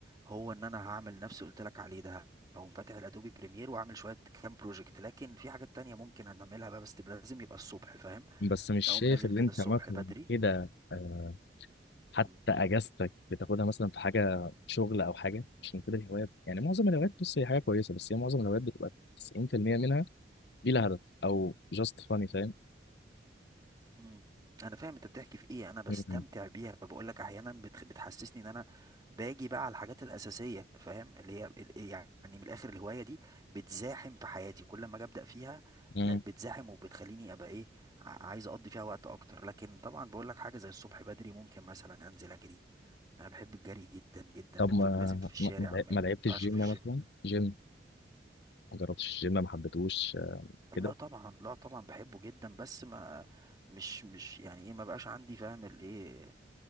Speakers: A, on the right; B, on the left.
A: هو ان انا هعمل نفس اللي قلت لك عليه ده هقوم فاتح الادوبي بريمير واعمل شوية كام بروجكت لكن في حاجات تانية ممكن هنعملها بقى بس لازم يبقى الصبح فاهم
B: بس مش شايف
A: اقوم نازل
B: اللي
A: كده
B: انت
A: الصبح
B: مثلا
A: بدري
B: كده آه، حتى
A: مم.
B: اجازتك بتاخدها مثلا في حاجه شغل او حاجه عشان كده الهوايات يعني معظم الهوايات بص هي حاجه كويسه بس هي معظم الهوايات بتبقى 90% منها دي لها هدف او جاست فاني فاهم
A: مم. انا فاهم انت بتحكي في ايه انا بستمتع
B: مم.
A: بيها فبقول لك احيانا بتخ... بتحسسني ان انا باجي بقى على الحاجات الاساسيه فاهم اللي هي ال- يعني من الاخر الهوايه دي بتزاحم في حياتي كل ما اجي ابدا فيها
B: مم.
A: لا بتزاحم وبتخليني ابقى ايه ع- عايز اقضي فيها وقت اكتر لكن طبعا بقول لك حاجه زي الصبح بدري ممكن مثلا انزل اجري انا بحب الجري جدا جدا
B: طب
A: ولازم
B: ما
A: في الشارع
B: ما
A: ما
B: ما لعبتش
A: ينفعش
B: جيم
A: في الجيم
B: مثلا جيم ما جربتش الجيم ما حبيتهوش آه، كده
A: لا طبعا لا طبعا بحبه جدا بس ما مش مش يعني ايه ما بقاش عندي فاهم الايه